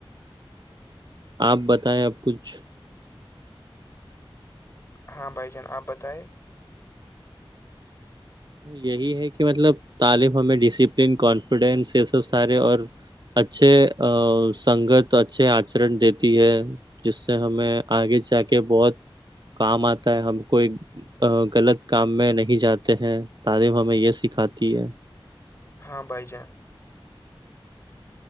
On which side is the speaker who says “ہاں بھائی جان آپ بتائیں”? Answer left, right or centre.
Left